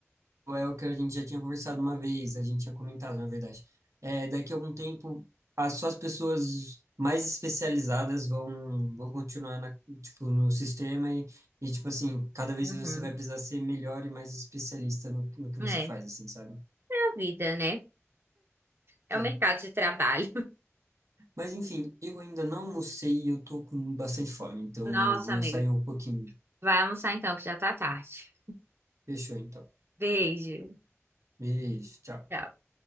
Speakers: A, on the right; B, on the right.
A: é o que a gente já tinha conversado uma vez, a gente tinha comentado, na verdade. É, daqui a algum tempo, as, só as pessoas mais especializadas vão, vão continuar na, tipo, no sistema e, e, tipo assim, cada vez
B: Uhum.
A: você vai precisar ser melhor e mais especialista no, no que
B: É,
A: você faz,
B: é
A: assim, sabe?
B: a vida, né? É
A: É.
B: o mercado de trabalho.
A: Mas, enfim, eu ainda não almocei e eu tô com bastante fome,
B: <laughs>
A: então
B: Nossa,
A: eu vou
B: amigo.
A: sair um pouquinho.
B: Vai almoçar então, que já tá tarde.
A: Fechou, então.
B: Beijo.
A: Beijo, tchau.
B: Tchau.